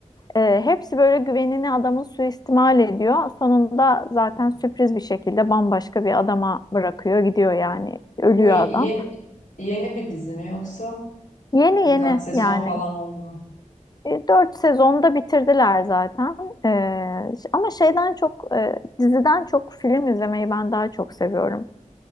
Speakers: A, on the left; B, on the left.
A: Ee, hepsi böyle güvenini adamın suistimal ediyor. Sonunda zaten
B: Hmm.
A: sürpriz bir şekilde bambaşka bir adama bırakıyor, gidiyor yani. Ölüyor
B: Bu yeni,
A: adam.
B: yeni bir dizi mi yoksa
A: Yeni
B: birkaç
A: yeni
B: sezon
A: yani.
B: falan oldu mu?
A: E, Dört sezonda bitirdiler zaten. E, ş- ama şeyden çok e, diziden çok film izlemeyi ben daha çok seviyorum.